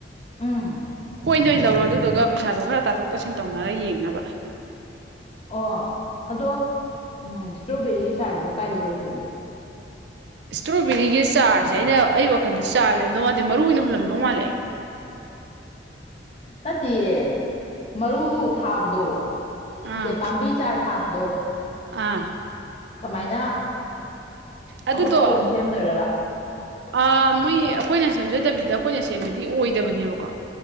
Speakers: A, on the left; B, on the right.
A: ꯎꯝ꯫
B: ꯀꯣꯏꯟꯗꯣ ꯑꫭꯏꯅ ꯂꯧꯔꯣ ꯑꯗꯨꯗꯨꯒ ꯄꯩꯁꯥꯗꯣ ꯈꯔ ꯇꯥꯊꯣꯛ ꯇꯥꯁꯤꯟ ꯇꯧꯅꯔ ꯌꯦꯡꯅꯕ꯫
A: ꯑꯣ ꯑꯗꯣ ꯎꯝ ꯏꯁꯇ꯭ꯔꯣꯕꯦꯔꯤꯒꯤ ꯆꯥꯔꯁꯤꯕꯨ ꯀꯥꯏꯗꯒꯤ ꯂꯧꯗꯣꯏꯅꯣ꯫
B: ꯏꯁꯇ꯭ꯔꯣꯕꯦꯔꯤꯒꯤ ꯆꯥꯔꯁꯦ ꯑꯩꯅ ꯑꯩ ꯋꯥꯈꯟꯗ ꯆꯥꯔ ꯂꯩꯔꯝꯗꯧ ꯃꯟꯗꯦ ꯃꯔꯨ ꯑꯣꯏꯅ ꯍꯨꯜꯂꯝꯗꯧ ꯃꯥꯜꯂꯦ꯫
A: ꯇꯠꯇꯤꯌꯦ ꯃꯔꯨ ꯊꯥꯕꯗꯣ꯫
B: ꯑꯥ
A: ꯗ ꯄꯥꯝꯕꯤ ꯆꯥꯔ ꯊꯥꯕꯗꯣ
B: ꯑꯥ
A: ꯀꯃꯥꯏꯅ
B: ꯑꯗꯨꯗꯣ
A: ꯑꯩꯈꯣꯏ ꯀꯣꯂꯣꯝ ꯁꯦꯝꯗꯣꯏꯔꯕ
B: ꯑ ꯃꯣꯏ ꯑꯩꯈꯣꯏꯅ ꯁꯦꯝꯖꯗꯕꯤꯗ ꯑꯩꯈꯣꯏꯅ ꯁꯦꯝꯕꯗꯤ ꯑꯣꯏꯗꯕꯅꯦꯕꯀꯣ